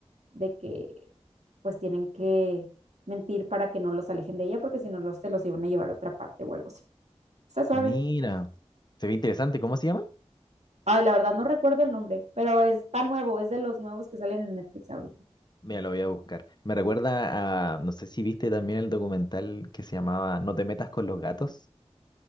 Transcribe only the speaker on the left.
Mira, se ve interesante, ¿cómo se llama?
Mira, lo voy a buscar. Me recuerda a, no sé si viste también el documental que se llamaba No te metas con los gatos.